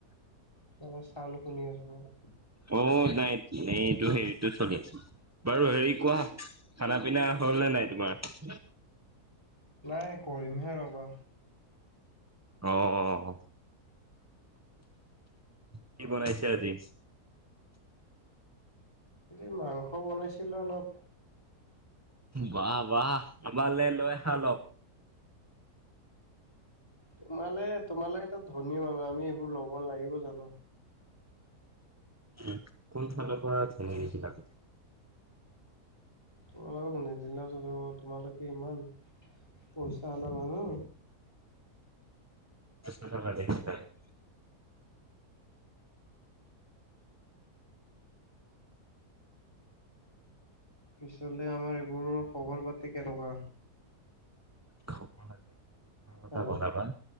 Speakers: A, on the left (about 15°); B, on the right (about 15°).
A: মানে চাউণ্ড শুনি আছো মই।
B: অ', নাই হেৰি-হেৰিটো চলি আছে। বাৰু হেৰি কোৱা খানা পিনা হ'ল নে নাই তোমাৰ?
A: নাই কৰিমহে ৰ'বা
B: আহ অ'। কি বনাইছে আজি?
A: এ মাংস বনাইছিলো অলপ।
B: বাহ, বাহ, আমালে লৈ আহা অলপ।
A: তোমালে তোমালোকেতো ধুনীয়া হ'বা, আমি এইবোৰ ল'ব লাগিব জানো?
B: উম, কোন ফালৰ পৰা ধনী হৈছিলা?
A: তোমালোকক নিদিলেও চলিব, তোমালোকে ইমান পইচা <unintelligible> মানুহ।
B: একাৰ দেখ <unintelligible>
A: পিছলে, আমাৰ এইবোৰৰ খবৰ পাতি কেনেকুৱা?
B: ব কি কথা
A: হেল্ল'
B: কলা বা